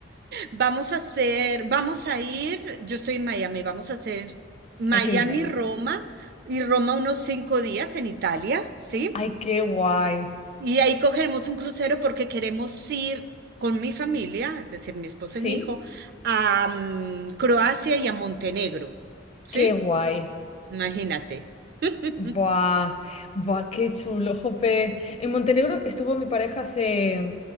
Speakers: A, on the right (about 55°); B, on the left (about 30°).
A: Vamos a hacer, vamos a ir, yo estoy en Miami, vamos a hacer Miami-Roma
B: Ay, qué bien.
A: y Roma unos cinco días en Italia, ¿sí?
B: Ay, qué guay.
A: Y ahí cogeremos un crucero porque queremos ir con mi familia, es decir, mi esposo
B: ¿Sí?
A: y mi hijo, a mm, Croacia y a Montenegro. ¿Sí?
B: Qué guay.
A: Imagínate. <laughs>
B: Buah, buah, qué chulo, jope. En Montenegro estuvo mi pareja hace,